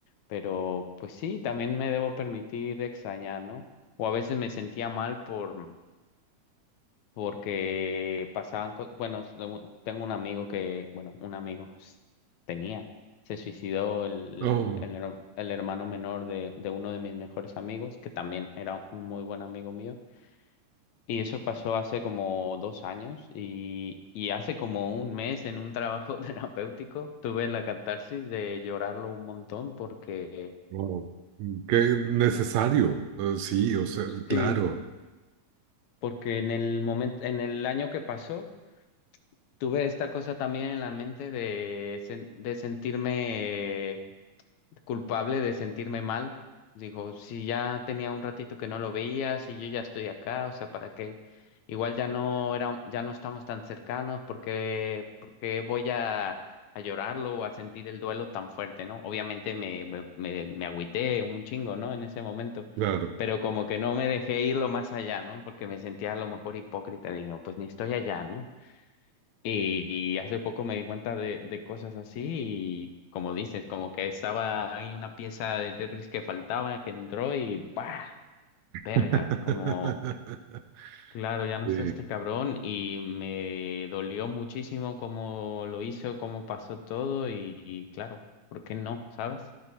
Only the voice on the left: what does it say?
Pero, pues sí, también me debo permitir extrañar, ¿no? O a veces me sentía mal por porque pasaban cosas, bueno, s- tengo tengo un amigo que, bueno, un amigo s- tenía, se suicidó el,
el, her- el hermano menor de, de uno de mis mejores amigos, que también era un muy buen amigo mío, y eso pasó hace como dos años, y, y hace como un mes en un trabajo <laughs> terapéutico tuve la catarsis de llorarlo un montón porque,
sí, porque en el momento, en el año que pasó, Tuve esta cosa también en la mente de, sen- de sentirme culpable, de sentirme mal. Digo, si ya tenía un ratito que no lo veía, si yo ya estoy acá, o sea, ¿para qué? Igual ya no era, ya no estamos tan cercanos, porque, porque voy a, a llorarlo o a sentir el duelo tan fuerte, ¿no? Obviamente me, me, me, me agüité un chingo, ¿no? En ese momento.
Pero como que no me dejé irlo más allá, ¿no? Porque me sentía a lo mejor hipócrita. Digo, pues ni estoy allá, ¿no? Y hace poco me di cuenta de, de cosas así y como dices, como que estaba ahí una pieza de Tetris que faltaba, que entró y ¡pah! Verga,
es como, claro, ya no
está este cabrón y me dolió muchísimo cómo lo hizo, cómo pasó todo y, y claro, ¿por qué no? ¿Sabes?